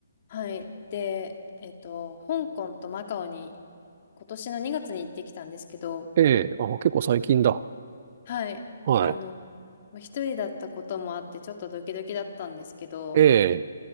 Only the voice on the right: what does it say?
ええ、あ、結構最近だ。
はい。
ええ、